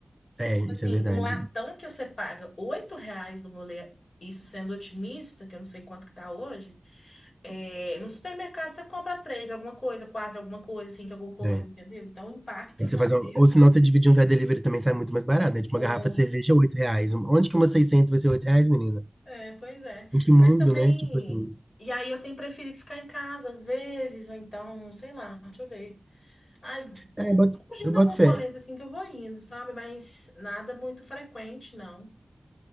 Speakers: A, in the centre; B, on the left.
A: É,
B: Assim,
A: isso é verdade.
B: um latão que você paga oito reais no rolê, isso sendo otimista, que eu não sei quanto que tá hoje, é, no supermercado você compra três, alguma coisa, quatro, alguma coisa, cinco, alguma coisa,
A: É.
B: entendeu? Então, o impacto
A: Tem
B: financeiro,
A: que Você fazer uma- Ou senão você dividir um Zé Delivery também sai muito mais barato, né? Tipo,
B: com
A: uma garrafa de cerveja
B: certeza.
A: é 8 reais. Onde que uma 600 vai ser 8 reais, menina?
B: É, pois é.
A: Em que mundo,
B: Mas também.
A: né? Tipo assim.
B: E aí eu tenho preferido ficar em casa às vezes, ou então, sei lá, deixa eu ver. Ai,
A: É, eu boto,
B: fugindo
A: eu boto
B: alguns
A: fé.
B: rolês assim que eu vou indo, sabe? Mas nada muito frequente, não.